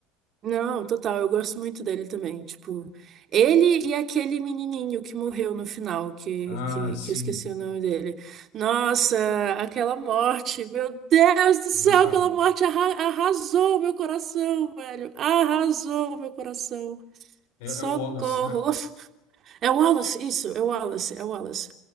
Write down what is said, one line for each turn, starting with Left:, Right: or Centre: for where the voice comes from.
Right: Não, total, eu gosto muito dele também. Tipo, ele e aquele menininho que morreu no final, que,
Left: Ah,
Right: que,
Left: sim,
Right: que eu esqueci o nome dele. Nossa, aquela morte, meu Deus do céu,
Left: brutal.
Right: aquela morte arra- arrasou meu coração, velho. Arrasou meu coração.
Left: É,
Right: Socorro.
Left: é o Wallace, né?
Right: <laughs> É o Wallace, isso, é o Wallace, é o Wallace.